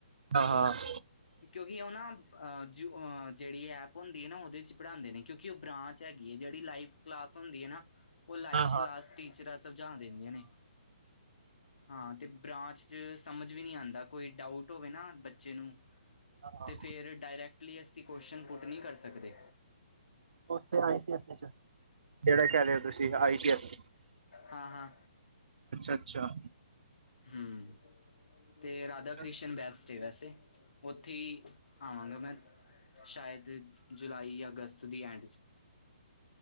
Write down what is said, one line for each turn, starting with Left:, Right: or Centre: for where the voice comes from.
Right: ਅਅ।
Left: ਕਿਉਂਕਿ ਓਨਾ <unintelligible> ਜਿਹੜੀ ਐਪ ਹੁੰਦੀ ਹੈ ਨਾ ਉਹਦੇ ਚ ਪੜਾੱਦੇ ਨੇ ਕਿਉਂਕਿ ਉਹ ਬ੍ਰਾਂਚ ਚ ਹੈਗੀ ਐ ਜਿਹੜੀ ਲਾਈਵ ਕਲਾਸ ਹੁੰਦੀ ਐ ਨਾ ਉਹ ਲਾਈਵ
Right: ਹਾਂ
Left: ਕਲਾਸ ਟੀਚਰਾਂ ਸਮਝਾ ਦੇਦੀਆਂ ਨੇ। ਹਾਂ ਤੇ ਬ੍ਰਾਂਚ ਚ, ਸਮਝ ਵੀ ਨੀ ਆੱਦਾ ਕੋਈ ਡਾਊਟ ਹੋਵੇ ਨਾ ਬੱਚੇ ਨੂੰ
Right: ਹਾਂ
Left: ਤੇ ਫੇਰ ਡਾਇਰੈਕਟਲੀ ਅਸੀਂ ਕੋਇਸ਼ਨ ਪੁੱਟ ਨਹੀਂ ਕਰ ਸਕਦੇ।
Right: <unintelligible> ਜਿਹੜਾ ਕਹਿ ਰਹੇਓ ਤੁਸੀਂ ਆਈ ਸੀ ਏਫ।
Left: ਹਾਂ- ਹਾਂ।
Right: ਅੱਛਾ
Left: ਹਮ, ਤੇ ਰਾਧਾ-
Right: ਚੱਲ,
Left: ਕ੍ਰਿਸ਼ਨ ਬੈਸਟ ਐ ਵੈਸੇ। ਉੱਥੇ ਹੀ ਆਵਾਂਗਾ ਮੈਂ ਸ਼ਾਇਦ ਜੁਲਾਈ ਯਾ ਅਗਸਤ ਦੀ ਐਂਡ 'ਚ।